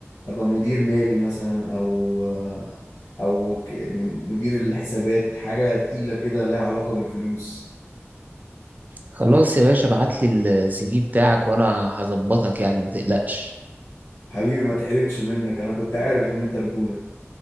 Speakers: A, on the left; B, on the right.
A: ابقى مدير مالي مثلا او او ك- يعني مدير الحسابات حاجة تقيلة كده لها علاقة بالفلوس
B: خلاص يا باشا ابعت لي السي في بتاعك وانا هظبطك يعني ما تقلقش
A: حبيبي ما تحرمش منك انا كنت عارف ان انت رجولة